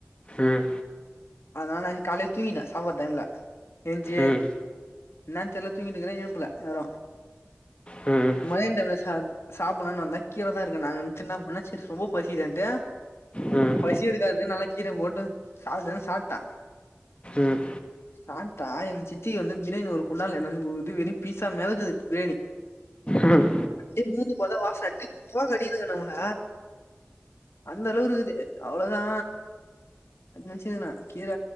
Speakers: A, on the left; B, on the left.
A: ம்
B: அதனால நா கால்லயே தூங்கிடே சாப்பற டைம்முல எழுஞ்சி
A: ம்
B: என்னன்னு தெர்ல தூங்கிடிருக்குறே எழுப்புல யாரு
A: ம்
B: மத்தியனோ டைம்ல சாப் சாப்பலான்னு வந்தா கீர தா இருக்குனாங்க சி என்ன பண்ண செரி ரொம்ப பசிக்கிதேன்டு
A: ம்
B: பசி எடுக்காது நல்லா கீர போட்டு சாப்டுனு சாப்டே
A: ம்
B: சாண்டா எங்க சித்திக்கு வந்து பிரியாணி ஒரு குண்டாள்ல எதுன்னு வந்து குடுக்குது வெறு பீஸா குது பிரியாணி
A: ம்
B: அதேமாரி போத வாச அட்டு போகடிகுது நம்மள அந்தளவுக்கு இருக்குது அவ்ளோதா அது நெனச்சதுன்னா கீர